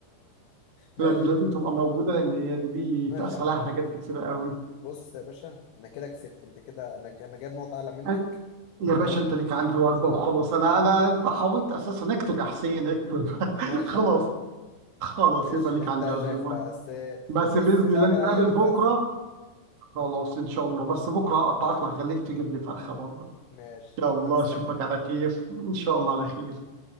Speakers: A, on the left; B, on the right.
A: ماشي
B: لا دي لازم تبقى موجودة لأن هي دي بيتقاس
A: ماشي يا معلم
B: عليها حاجات كتيرة قوي
A: بص يا باشا انا كده كسبت انت كده انا انا جايب نقطة اعلى منك
B: أن- يا باشا
A: تمام
B: أنت ليك عندي وجبة وخلاص أنا أنا أنت حاولت أساسا اكتب يا حسين اكتب <laughs>
A: ماشي
B: خلاص
A: يا معلم
B: خلاص
A: ماشي
B: يبقى ليك
A: اللي انت
B: عندي عزومة
A: شايفه بقى بس
B: بس
A: بص
B: بإذن
A: مش
B: الله
A: هعمل
B: نتقابل
A: اقل من
B: بكرة
A: فرخة
B: خلاص إن شاء الله بس بكرة هقطعك وهخليك تجيب لي فرخة برضه
A: ماشي
B: يلا
A: وانا مستنيك
B: أشوفك على خير إن شاء الله على خير